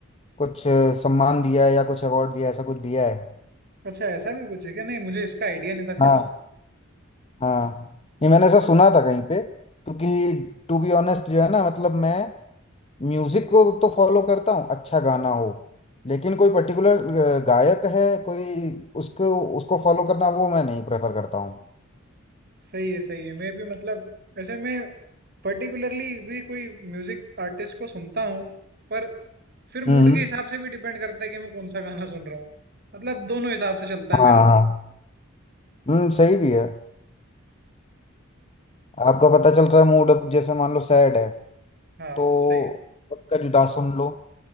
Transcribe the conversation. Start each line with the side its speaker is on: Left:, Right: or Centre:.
Left: कुछ अ, सम्मान दिया है या कुछ अवार्ड दिया है ऐसा कुछ दिया है
Right: अच्छा ऐसा भी कुछ है क्या नहीं मुझे इसका आइडिया नहीं था फिलहाल
Left: हाँ हाँ ये मैंने ऐसा सुना था कहीं पे क्योंकि टू बी ऑनेस्ट जो है ना मतलब मैं म्यूजिक को तो फॉलो करता हूँ अच्छा गाना हो लेकिन कोई पर्टिकुलर गायक है कोई उसको उसको फॉलो करना वो मैं नहीं प्रेफर करता हूँ
Right: सही है सही है मैं भी मतलब वैसे मैं पर्टिकुलरली भी कोई म्यूजिक आर्टिस्ट को सुनता हूँ पर फिर
Left: हम्म
Right: मूड के हिसाब से भी डिपेंड करता है कि मैं कौन सा गाना सुन रहा हूँ मतलब दोनों हिसाब से चलता
Left: हाँ
Right: है मेरा तो
Left: हाँ हम्म सही भी है आपका पता चल रहा है मूड अब जैसे मान लो सैड है
Right: हाँ
Left: तो
Right: सही है
Left: उनका जुदा सुन लो